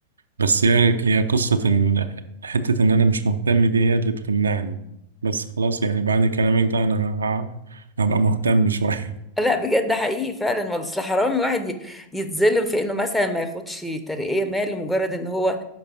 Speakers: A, on the right (about 75°); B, in the centre.
A: بس هي هي قصة إن حتة إن أنا مش مهتم دي هي اللي بتمنعني بس خلاص يعني بعد كلامك ده أنا ه- هبقى مهتم شوية
B: لا بجد حقيقي فعلا والله اصل حرام الواحد ي- يتظلم في انه مثلا ما ياخدش ترقية ما لمجرد ان هو